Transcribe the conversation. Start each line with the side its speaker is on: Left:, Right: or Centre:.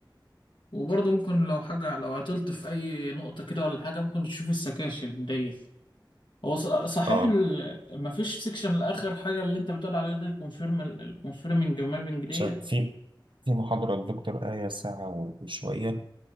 Left: وبرضه ممكن لو حاجة لو عطلت في أي نقطة كده ولا حاجة ممكن تشوف السكاشن دي هو ص- صحيح
Right: اه
Left: ال... مفيش سكشن لآخر حاجة اللي أنت بتقول عليها دي الكونفيرم الكونفيرمنج مابنج ديت
Right: شا- في في محاضره الدكتور آية ساعه وشويه